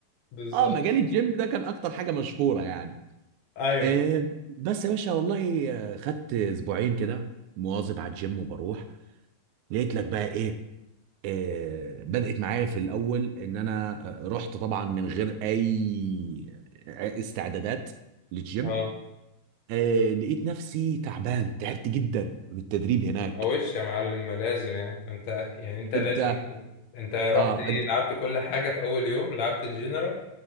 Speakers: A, on the left; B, on the right.
A: بالظبط
B: اه مجال الجيم ده كان اكتر حاجه مشهوره يعني
A: ايوه
B: آه بس يا باشا والله آه، خدت اسبوعين كده مواظب على الجيم وبروح لقيت لك بقى ايه آه بدأت معايا في الاول ان انا آه، رحت طبعا من غير اي استعدادات للجيم
A: اه
B: آه لقيت نفسي تعبان تعبت جدا من التدريب هناك
A: وش يا معلم ما لازم يعني انت يعني انت لازم
B: انت
A: انت رحت
B: اه
A: ايه
B: انت
A: لعبت كل حاجه في اول يوم لعبت الجنرال